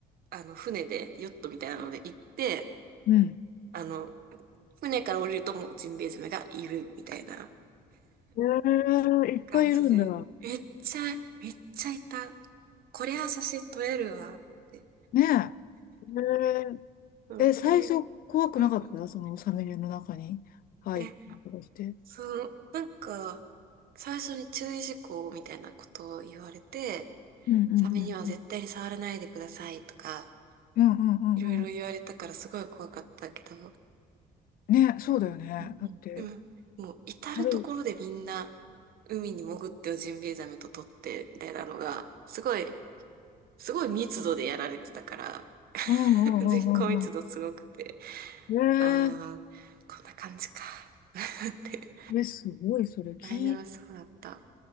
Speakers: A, on the right; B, on the left.
A: あの船でヨットみたいなので行って、
B: うん。
A: あの船から降りるともうジンベエザメがいるみたいな。
B: ええいっぱいいるんだ。
A: 感じで、めっちゃ、めっちゃいた。こりゃ写真撮れるわって。
B: ねええ
A: うん、
B: え。え、
A: <laughs> 船、
B: 最初怖くなかったそのサメの中に入ったりとかして。
A: うんうん。で、その、なんか、最初に注意事項みたいなことを言われて、
B: うんうんうんうん。
A: サメには絶対に触らないでくださいとか、
B: うんうんうんうん。
A: いろいろ言われたからすごい怖かったけど、
B: ね、そうだよね。
A: うんうん。
B: だって。
A: でも、もう至るところでみんな、
B: 軽い。
A: 海に潜ってはジンベエザメと撮って、みたいなのが、すごい、すごい密度でやられてたから、<laughs>
B: うんうんうんうん
A: 人口密度すごくて、
B: う
A: ああ、
B: ん。へえ
A: こんな感じか。<laughs> って。
B: え、すごい、それ、き、
A: 大丈夫そうだった。